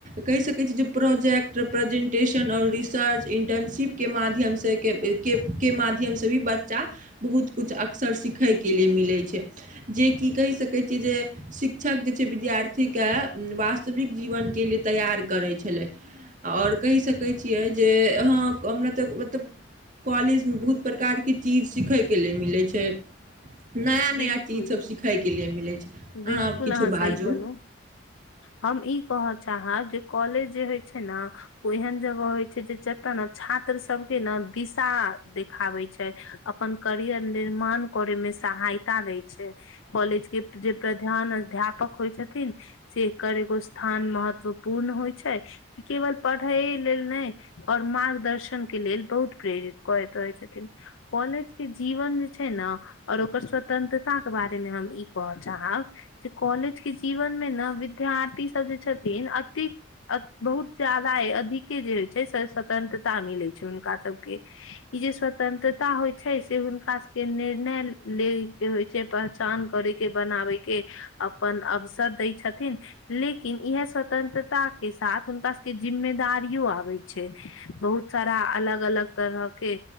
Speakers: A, on the right; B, on the left.
A: कहि सकैत छीयै जे प्रोजेक्ट प्रेजेंटेशन आओर सर्च इंटर्नशिप के माध्यम से के के माध्यम से भी बच्चा बहुत कुछु अक्सर सिखय के लिए मिलै छै जेकि कहि सकै छियै जे शिक्षक जे छै विद्यार्थी के वास्तविक जीवनके लिए तैयार करै छलै आओर कहि सकैत छियै जे हहँ हमरा तऽ मतलब कॉलेजमे बहुत प्रकारके चीज सीखयके लेल मिलै छै नया
B: बिलकुल
A: नया चीजसभ सिखयके लिए मिलै छै अहाँ
B: बिलकुल
A: किछो बाजू
B: सही कहलौं हम ई कह चाहब जे कॉलेज जे होय छै ने ओ एहन जगह होइ छै जे त ने छात्र सबके न दिशा देखाबे छै अपन करियर निर्माण करे मे सहायता दय छै कॉलेज के जे प्रधान अध्यापक होइ छथिन से करे एगो स्थान महत्वपूर्ण होइ छै ई केवल पढ़े लेल नहि और मार्गदर्शन न के लेल बहुत प्रेरित करैत रहै छथिन कॉलेज के जीवन जे छै न और ओकर स्वतंत्रता के बारे मे हम ई कहऽ चाहब जे कॉलेज के जीवन मे ने विद्य बिधयार्थी सब जे छथिन अतेक अ बहुत जादा अधिके जे होइ छै स्वतंत्रता मिलै छै हुनका सभके ई जे स्वतंत्रता होय छै से हुनका सब के निर्णय ले के होइ छै पहचान करे के बनाबै के अपन अवसर दै छथिन लेकिन इह स्वतंत्रता के साथ हुनका सबके जिम्मेदारियो आबै छै बहुत बहुत सारा अलग अलग तरह के